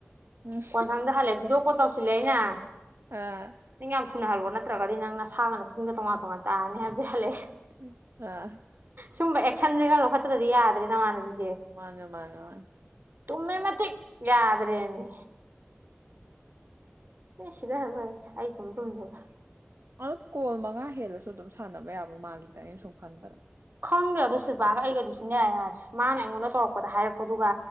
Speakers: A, on the right; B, on the right.
A: ꯎꯝ
B: ꯀꯣꯟꯊꯪꯗ ꯍꯜꯂꯦ ꯚꯤꯗꯤꯑꯣ ꯀꯣꯜ ꯇꯧꯁꯤꯜꯂꯦ ꯑꯩꯅ
A: ꯑꯥ
B: ꯅꯪ ꯌꯥꯝ ꯊꯨꯅ ꯍꯜꯂꯣ ꯅꯠꯇ꯭ꯔꯒꯗꯤ ꯅꯪꯅ ꯁꯥꯒ ꯅꯆꯤꯟꯒ ꯇꯣꯉꯥꯟ ꯇꯣꯉꯥꯟ ꯇꯥꯔꯅꯤ ꯍꯥꯏꯕꯗꯩ ꯍꯂꯛꯑꯦ꯫
A: ꯎꯝ ꯑ
B: ꯁꯨꯝꯕ ꯑꯦ ꯁꯟꯖꯦ ꯈꯔ ꯂꯧꯈꯠꯇ꯭ꯔꯗꯤ ꯌꯥꯗ꯭ꯔꯦ ꯅꯃꯥꯅꯕꯤꯖꯦ꯫
A: ꯃꯥꯅꯦ ꯃꯥꯅꯦ ꯃꯥꯅꯦ
B: ꯇꯨꯝꯃꯦ ꯃꯇꯤꯛ ꯌꯥꯗ꯭ꯔꯦꯅꯦ ꯃꯤ ꯁꯤꯗꯔ ꯂꯣꯏꯔꯦ ꯑꯩ ꯆꯨꯝ ꯆꯨꯝꯗꯕ
A: ꯑꯞ ꯀꯣꯜ ꯃꯉꯥ ꯍꯦꯜꯂꯁꯨ ꯑꯗꯨꯝ ꯁꯥꯟꯅꯕ ꯌꯥꯕ ꯃꯥꯜꯂꯤꯗ ꯑꯩꯅ ꯁꯨꯝ ꯈꯟꯕꯗ꯫
B: ꯈꯪꯗꯦ ꯑꯗꯣ ꯁꯤꯜꯕꯥꯒ ꯑꯩꯒꯗꯤ ꯁꯨꯡꯌꯥ ꯍꯦꯛ ꯌꯥꯗ꯭ꯔꯦ ꯃꯥꯅ ꯑꯩꯉꯣꯟꯗ ꯇꯧꯔꯛꯄꯗ ꯍꯥꯏꯔꯛꯄꯗꯨꯒ